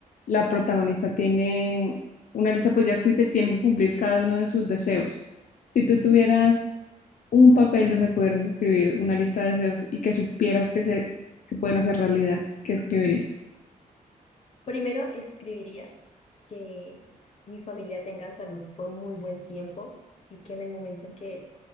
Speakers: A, on the left (about 65°); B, on the left (about 45°).
A: la protagonista tiene una lista pues ya escrita y tiene que cumplir cada uno de sus deseos. Si tú tuvieras un papel donde pudieras escribir una lista de deseos y que supieras que se, se pueden hacer realidad, ¿qué escribirías?
B: Primero escribiría que mi familia tenga salud por muy buen tiempo y que en el momento en que